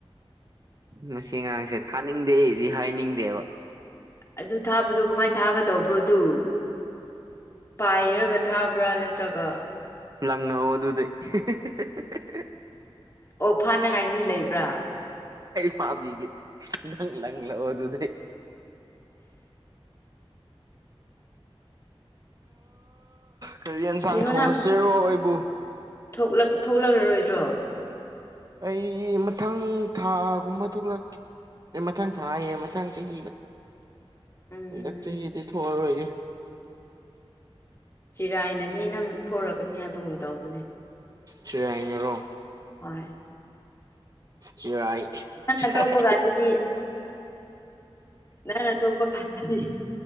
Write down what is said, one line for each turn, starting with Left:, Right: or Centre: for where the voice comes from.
Right: ꯃꯁꯤ ꯉꯥꯡꯁꯦ ꯊꯥꯅꯤꯡꯗꯦꯗꯤ ꯍꯥꯏꯅꯤꯡꯗꯦꯕ꯫
Left: ꯑꯗꯨ ꯊꯥꯕꯗꯨꯣ ꯀꯃꯥꯏ ꯊꯥꯒꯗꯧꯕ꯭ꯔꯣ ꯑꯗꯨ? ꯄꯥꯏꯔꯒ ꯊꯥꯕ꯭ꯔꯥ ꯅꯠꯇ꯭ꯔꯒ
Right: ꯂꯪꯅꯧ ꯑꯗꯨꯗꯤ <unintelligible>
Left: ꯑꯣꯛ ꯐꯥꯅꯉꯥꯏ ꯃꯤ ꯂꯩꯕ꯭ꯔꯥ?
Right: ꯐꯥꯕꯤꯒꯦ ꯅꯪ ꯂꯪꯉꯛꯑꯣ ꯑꯗꯨꯗꯩ꯫ ꯀꯔꯤ ꯌꯦꯟꯁꯥꯡ
Left: ꯀꯩꯅꯣ
Right: ꯊꯣꯡꯉꯁꯤꯔꯣ
Left: ꯅꯪ
Right: ꯑꯩꯕꯨ꯫
Left: ꯊꯣꯛꯂꯛ ꯊꯣꯛꯂꯛꯔꯔꯣꯏꯗ꯭ꯔꯣ?
Right: ꯑꯩ ꯃꯊꯪ ꯊꯥꯒꯨꯝꯕ ꯊꯣꯛꯂꯛꯀꯦ꯫ ꯑꯩ ꯃꯊꯪ ꯊꯥꯏꯌꯦ ꯃꯊꯪ ꯆꯍꯤꯗ
Left: ꯎꯝ
Right: ꯍꯟꯗꯛ ꯆꯍꯤꯗꯤ ꯊꯣꯛꯑꯔꯣꯏꯒꯦ
Left: ꯆꯤꯔꯥꯏꯅꯗꯤ ꯅꯪ ꯊꯣꯛꯂꯛꯀꯅꯤ ꯍꯥꯏꯕꯒꯨꯝ ꯇꯧꯕꯅꯦ
Right: ꯆꯤꯔꯥꯏꯅꯔꯣ
Left: ꯍꯣꯏ
Right: ꯆꯤꯔꯥꯏ
Left: ꯅꯪꯟꯅ
Right: ꯆꯤꯔꯥꯏ
Left: ꯊꯣꯛꯣꯛꯄ ꯀꯥꯟꯗꯗꯤ ꯅꯪꯟꯅ ꯇꯣꯛꯄ ꯀꯥꯟꯗꯗꯤ